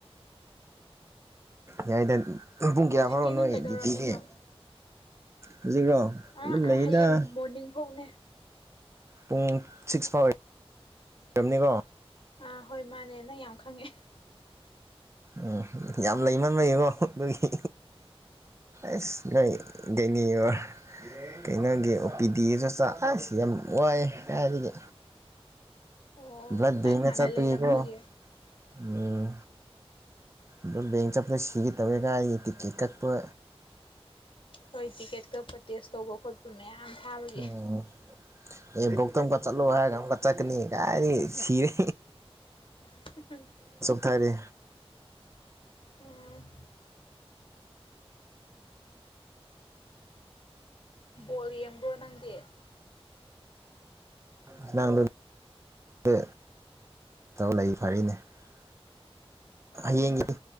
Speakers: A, on the right; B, on the left.
A: ꯌꯥꯏꯗ ꯄꯨꯡ ꯀꯌꯥ
B: ꯍꯧꯖꯤꯛꯇꯤ
A: ꯐꯥꯎꯔꯣ ꯅꯣꯏ
B: ꯅꯪ ꯀꯩꯗꯧꯔꯝꯃꯤꯅꯣ
A: ꯗ꯭ꯌꯨꯇꯤꯗꯤ ꯍꯧꯖꯤꯛꯔꯣ
B: ꯑꯥ
A: ꯑꯗꯨꯝ ꯂꯩꯗ
B: ꯑꯥ ꯍꯌꯦꯡ ꯃꯣꯔꯅꯤꯡ ꯐꯥꯎꯅꯦ
A: ꯄꯨꯡ ꯁꯤꯛꯁ ꯐꯥꯎ ꯑꯣꯏꯝꯅꯤꯀꯣ
B: ꯑꯥ ꯍꯣꯏ ꯃꯥꯅꯦ ꯅꯪ ꯌꯥꯝ ꯈꯪꯉꯦ
A: ꯎꯝ ꯌꯥꯝ ꯂꯩꯃꯟꯕꯒꯤꯀꯣ ꯑꯗꯨꯒꯤ ꯑꯁ ꯂꯩ ꯗꯅꯤ ꯌꯦꯡꯉꯣ ꯀꯩꯅꯣꯒꯤ ꯑꯣ ꯄꯤ ꯗꯤꯒꯤꯖꯨ ꯆꯥꯛ ꯑꯁ ꯌꯥꯝ ꯋꯥꯏꯌꯦ ꯍꯥꯏꯕꯗꯤ
B: ꯑꯣ
A: ꯭ꯕ꯭ꯂꯗ
B: ꯅꯪ
A: ꯕꯦꯡꯛ
B: ꯍꯥꯟꯅ
A: ꯆꯠꯄꯒꯤꯀꯣ
B: ꯂꯩꯔꯝꯕꯒꯤ
A: ꯎꯝ ꯕ꯭ꯂꯗ ꯕꯦꯡ ꯆꯠꯄꯗ ꯁꯤꯒꯦ ꯇꯧꯋꯦ ꯀꯥꯏꯗꯒꯤ ꯇꯤꯛꯀꯦꯠ ꯀꯛꯄ
B: ꯍꯣꯏ ꯇꯤꯛꯀꯦꯠ ꯀꯛꯄ ꯇꯦꯁ ꯇꯧꯕ ꯈꯣꯠꯄ ꯃꯌꯥꯝ ꯊꯥꯕꯒꯤ
A: ꯎꯝ ꯑꯦ ꯒꯧꯇꯝꯒ ꯆꯂꯣ ꯍꯥꯏꯒ ꯑꯝꯒ ꯆꯠꯀꯅꯤ ꯀꯥꯏꯗꯒꯤ ꯁꯤꯔꯦ
B: <unintelligible>
A: ꯀꯔꯤ
B: ꯎꯝ ꯕꯣꯜ ꯌꯦꯡꯕ꯭ꯔꯣ ꯅꯪꯗꯤ
A: <unintelligible> ꯍꯌꯦꯡꯒꯤ
B: ꯎꯝ